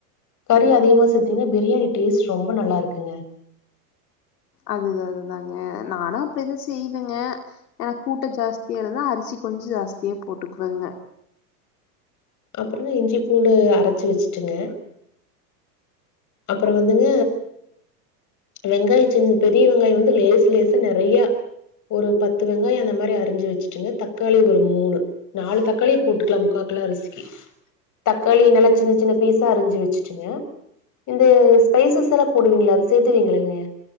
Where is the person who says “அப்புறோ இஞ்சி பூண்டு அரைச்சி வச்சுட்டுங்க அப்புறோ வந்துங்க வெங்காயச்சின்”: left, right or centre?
Left